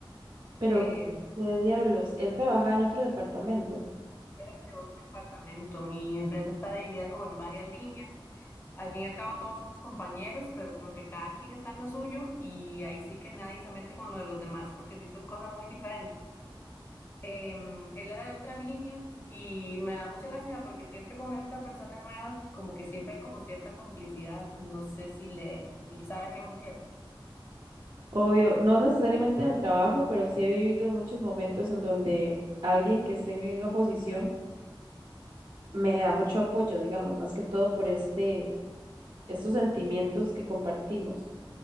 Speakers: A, on the right; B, on the left.
A: pero
B: Eh,
A: qué diablos, él trabajaba en otro departamento.
B: era de otro departamento, mi empresa está dividida como en varias líneas. Al fin y al cabo todos somos compañeros, pero como que cada quien está en lo suyo y ahí sí que nadie se mete con lo de los demás porque sí son cosas muy diferentes. Em, él era de otra línea y me da mucha lástima porque siempre con esta persona nueva, como que siempre hay como cierta complicidad. No sé si le, si sabe a qué me refiero.
A: Obvio, no necesariamente en el trabajo, pero sí he vivido muchos momentos en donde alguien que esté en mi misma posición me da mucho apoyo, digamos, más que todo por este, estos sentimientos que compartimos.